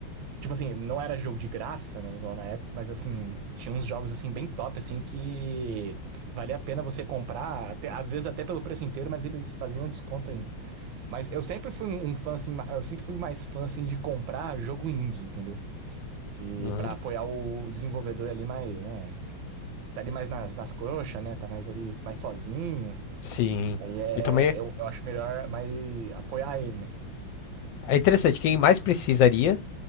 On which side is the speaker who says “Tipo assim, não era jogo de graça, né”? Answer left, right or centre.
Right